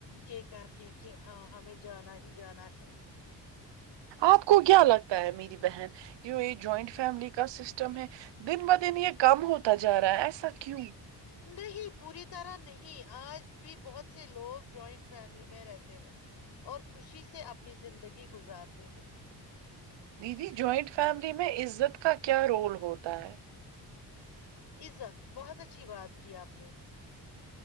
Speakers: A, on the left (about 70°); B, on the right (about 85°).
A: یہ کر کے کہ ہاں ہمیں جانا ہی جانا ہے
B: آپ کو کیا لگتا ہے میری بہن ی یہ جوائنٹ فیملی کا سسٹم ہے دن ب دن یہ کم ہوتا جا رہا ہے ایسا کیوں
A: نہیں پوری طرح نہیں آج بھی بہت سے لوگ جوائنٹ فیملی میں رہتے ہیں اور خوشی سے اپنی زندگی گزارتے ہیں
B: دیدی جوائنٹ فیملی میں عزت کا کیا رول ہوتا ہے
A: عزت بہت اچھی بات کی آپ نے